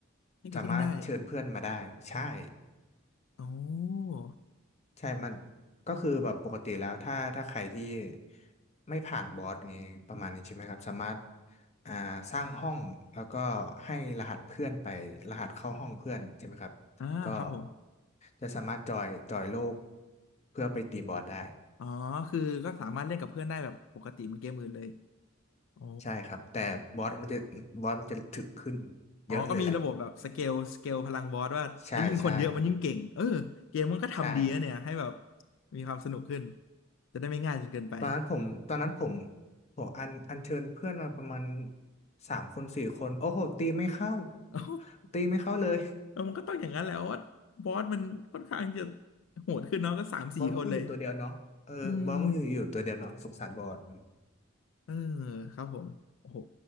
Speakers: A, on the left (about 65°); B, on the left (about 35°).
A: เล่นกับเพื่อนได้
B: สามารถเชิญเพื่อนมาได้ใช่
A: อ๋อ
B: ใช่มันก็คือแบบปกติแล้วถ้าถ้าใครที่ไม่ผ่านบอสนี้ประมาณนี้ใช่ไหมครับสามารถอ่าสร้างห้องแล้วก็ให้รหัสเพื่อนไปรหัสเข้าห้องเพื่อนใช่ไหมครับ
A: อ่าครับผม
B: ก็จะสามารถจอยจอยโลกเพื่อไปตีบอสได้
A: อ๋อ คือก็สามารถเล่นกับเพื่อนได้แบบปกติเหมันเกมอื่นเลยโอ้
B: ใช่ครับแต่บอสมันจะบอสมันจะถึกขึ้น
A: อ๋อก็มีระบบแบบสเกลสเกลพลังบอสว่าถ้ายิ่งคนเยอะมันยิ่งเก่งเออเกมมันก็ทำดีนะเนี่ยให้แบบ
B: เยอะเลยแหละ <laughs> ใช่ใช่ใช่
A: มีความสนุกขึ้นจะได้ไม่ง่ายจนเกินไป
B: ตอนนั้นผมตอนนั้นผมผมอันอัญเชิญเพื่อนมาประมาณสามคนสี่คนโอ้โหตีไม่เข้า
A: <laughs> เอ้า
B: ตีไม่เข้าเลย
A: เออมันก็ต้องอย่างนั้นแหละวว่าบอสมันค่อนข้างจะโหดขึ้นเนาะก็สามสี่คนเลย
B: <laughs> บอลมันก็อยู่ตัวเดียวเนาะเออบอลมันอยู่อยู่ตัวเดียวเนาะสงสารบอล
A: อืม เออครับผมโอ้โห